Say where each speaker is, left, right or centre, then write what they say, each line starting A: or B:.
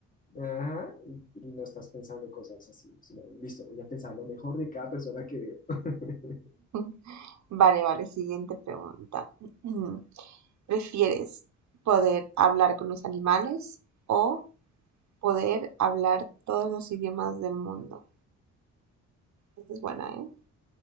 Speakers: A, on the left; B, on the right.
A: ajá, y, y no estás pensando cosas así, sino, listo, voy a pensar lo mejor de cada persona que veo. <laughs>
B: <laughs> Vale, vale, siguiente pregunta. <clears throat> ¿Prefieres poder hablar con los animales o poder hablar todos los idiomas del mundo? Esta es buena, ¿eh?